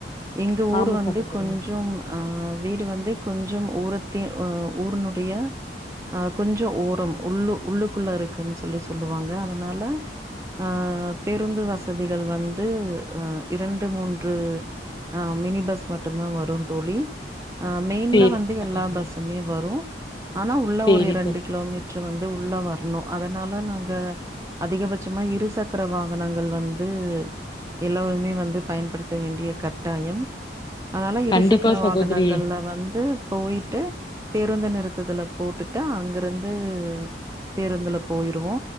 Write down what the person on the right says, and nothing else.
எங்க ஊரு
வந்து
கொஞ்சோம் ஆ வீடு வந்து கொஞ்சம் ஊரத்தி ஊரனுடைய அ கொஞ்சோ ஓரம் உள்ளு-உள்ளுக்குள்ள இருக்குனு சொல்லி சொல்லுவாங்க அதனால ஆ பேருந்து வசதிகள் வந்து ஆ இரண்டு மூன்று அ மினி பஸ் மட்டுந்தா வரு தோழி. அ மெயின்ல
வந்து
எல்லா பஸ்ஸுமே வரும் ஆனா உள்ள
ஒரு ரெண்டு
கிலோமீட்ரு வந்து உள்ள வரு னு அதனால நாங்க அதிகபட்சமா இருசக்கர வாகனங்கள் வந்து எல்லோருமே வந்து பயன்படுத்த வேண்டிய கட்டாயம் அதனால இருசக்கர
வாகனங்கள்ல வந்து போயிட்டு பேருந்து நிறுத்தத்துல போட்டுட்டு அங்கருந்து பேருந்துல போயிருவோ